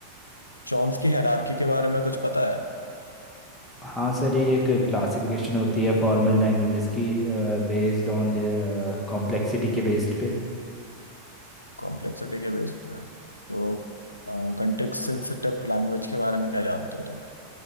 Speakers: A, on the left (about 80°); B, in the centre.
A: चॉम्स्की हायरार्की के बारे में कुछ पता है
B: हाँ सर ये एक क्लासिफिकेशन होती है फॉर्मल लैंग्वेजेस की बेस्ड ऑन देयर कॉम्प्लेक्सिटी के बेस्ड पे
A: कॉम्प्लेक्सिटी के बेस पर तो कंटेक्स्ट सेंसिटिव लैंग्वेज के बारे में क्या जानते हो तुम